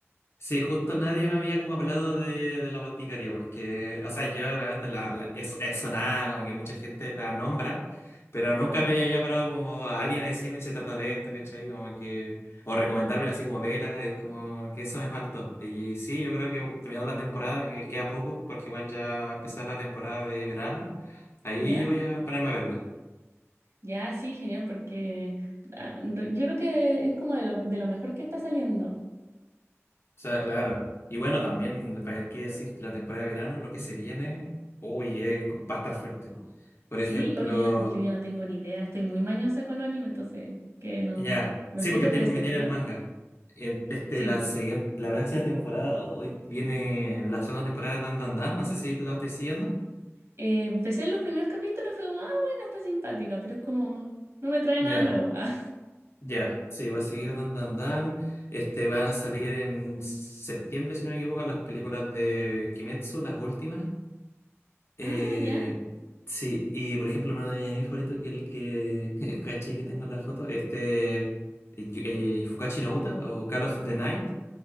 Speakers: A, on the left; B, on the right.
A: Sí, justo nadie me había como hablado de, de la boticaria, porque, o sea, yo realmente la, la- es, es sonada, como que mucha gente la nombra, pero nunca me había parado como a alguien a decirme se trata de esto, ¿cachai? Como que, o recomendármela así como vela, es como que eso me faltó. Y sí, yo creo que terminando la temporada, que queda poco, porque igual ya va a empezar la temporada de verano, ahí
B: ¿Ya?
A: voy a ponerme a verla.
B: Ya, sí, genial, porque ah, re- yo creo que es como de lo, de lo mejor que está saliendo.
A: O sea, claro. Y bueno, también, ¿para qué decir? La temporada de verano, lo que se viene, uy, eh, va a estar fuerte. Por
B: Sí,
A: ejemplo,
B: oye, yo ya no tengo ni idea, estoy muy mañosa con los animes, entonces que no,
A: ya,
B: no
A: sí,
B: sé
A: porque
B: qué ofrece,
A: te metí en el
B: ¿ah?
A: manga. En- Este,
B: Sí,
A: la siguiente, la próxima temporada, hoy viene la segunda temporada de Dan Dan Dan, no sé si la estoy siguiendo.
B: eh, empecé en los primeros capítulos, fue como, ah, bueno, está simpática, pero es como, no me trae nada
A: Ya,
B: nuevo. Ah,
A: ya, sí, va a seguir Dan Dan Dan. Este, va a salir en septiembre, si no me equivoco, las películas de Kimetsu, las últimas. Eh,
B: <laughs> Ah, ya,
A: sí, y por ejemplo, uno de mis animes favoritos, que el que <laughs> caché que tengo en la foto, este eh, eh, Fukashi no Uta o Call of the Night,